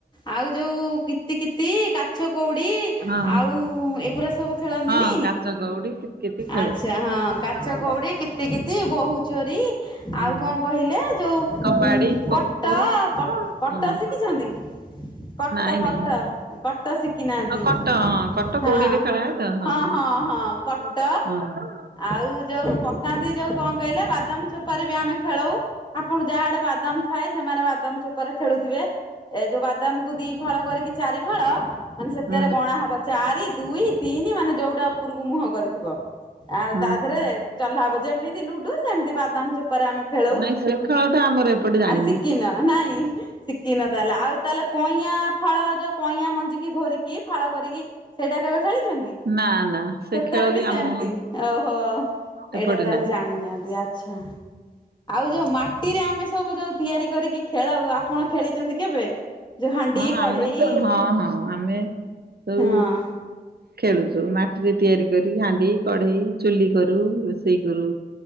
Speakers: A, on the left; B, on the right.
A: ଆଉ ଯୋଉ କୀତି କୀତି କାଚକଉଡ଼ି
B: ହଁ
A: ଆଉ ଏଗୁୁରା ସବୁ ଖେଳନ୍ତିନି
B: ହଁ କାଚ କଉଡି କିତିକିତି ଖେଳୁ।
A: ଆଚ୍ଛା। ହଁ
B: ହଁ
A: କାଚକଉଡ଼ି କିତିକିତି ବୋହୁ ଚୋରି
B: ହଁ
A: ଆଉ କଣ କହିଲେ ଯୋଉ
B: କବାଡି
A: ଉ
B: ଖୋ
A: କଟ
B: ଖୋ
A: କ କଟ
B: ହଁ
A: ଶିଖିଛନ୍ତି। କଟ
B: ନାଇଁ
A: କଟ
B: ନାଇଁ
A: କଟ ଶିଖିନାହାନ୍ତି
B: ଆଉ କଟ ହଁ କଟ
A: ହଁ
B: ଗୋଡିରେ ଖେଳାଏ ତ
A: ହଁ ହଁ ହଁ।
B: ହଁ।
A: କଟ ଆଉ ଯୋଉ ପକାନ୍ତି ଯୋଉ କଣ କହିଲେ ବାଦାମ ଚୋପାରେ ବି ଆମେ ଖେଳଉ ଆପଣ ଯାହା ଆଡ଼େ ବାଦାମ ଥାଏ ସେମାନେ ବାଦାମ ଚୋପାରେ ଖେଳୁଥିବେ ଏ ଯୋଉ ବାଦାମକୁ ଦି ଫାଳ କରିକି ଚାରି ଫାଳ ମାନେ ସେଥିରେ
B: ହଁ
A: ଗଣା ହବ ଚାରି ଦୁଇ ତିନି ମାନେ ଯୋଉଟା ଉପରକୁ ମୁହଁ କରିଥିବ ଆଉ
B: ହଁ।
A: ତା ଦେହରେ ଚଲା ହବ ଯେମିତି ଲୁଡୁ ସେମିତି ବାଦାମ ଚୋ ଚୋପାରେ ଆମେ ଖେଳଉ
B: ନାଇଁ ସେ ଖେଳ ଟା ଆମର ଏପଟେ ଜାଣିନୁ
A: ଆ ଶିଖିନ ନାଇଁ। ଶିକିନ ତାହେଲେ ଆଉ ତାହେଲେ କଇଁଆ ଫଳ ଯୋଉ କଇଁଆ ମଞ୍ଜିକୁ ଘୋରିକି ଫାଳ କରିକି ସେଇଟା କେବେ ଖେଳିଛ ଖେଳିଛନ୍ତି
B: ନା ନା ସେ
A: ସେତେରେ
B: ଖେଳ
A: ବି ସେମିତି
B: ଆମ
A: ଓହୋ। ଏଇଟା
B: ଏପଟେ
A: ତାହେଲେ
B: ନାହିଁ
A: ଜାଣିନାହାନ୍ତି ଆ ଆଚ୍ଛା ଆଉ ଯୋଉ ମାଟିରେ ଆମେ ସବୁ ଯୋଉ ତିଆରି କରିକି ଖେଳଉ ଆପଣ ଖେଳିଛନ୍ତି କେବେ? ଯୋଉ ହାଣ୍ଡି
B: ହଁ
A: କଢେଇ
B: ଆମେ ତ ହଁ ହଁ ଆମେ ସବୁ
A: ହଁ
B: ଖେଳୁ ସବୁ ମାଟିରେ ତିଆରି କରି ହାଣ୍ଡି କଢ଼େଇ ଚୁଲି କରୁ ରୋଷେଇ କରୁ।